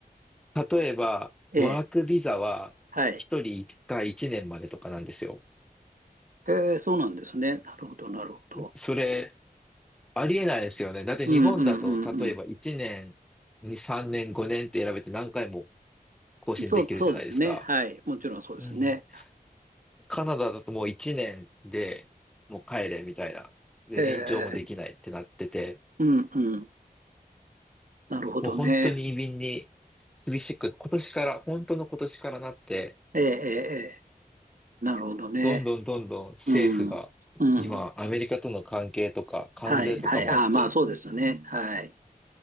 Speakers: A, in the centre; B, on the right.
A: 例えば、
B: ええ、
A: ワークビザは一人一回一年までとかなんですよ。
B: はい。ええ、そうなんですね。なるほど、なるほど。
A: それ、ありえないですよね。だって日本だと、
B: うんうんうんうん。
A: 例えば1年、2、3年、5年って選べて何回も更新できるじゃないですか。
B: そう、そうですね。はい。もちろんそうですね。
A: うん。カナダだともう1年でもう帰れみたいな。で、
B: ええ、
A: 延長もできないってなってて、
B: うんうん。なるほどね。
A: もう本当に移民に厳しく、今年から、本当の今年からなって、
B: ええ、ええ、ええなるほどね。
A: どんどんどんどん政府が、
B: うん。うん。
A: 今、アメリカとの関係とか、関税とかもあって、
B: はい。はい。ああ、まあそうですよね。はい。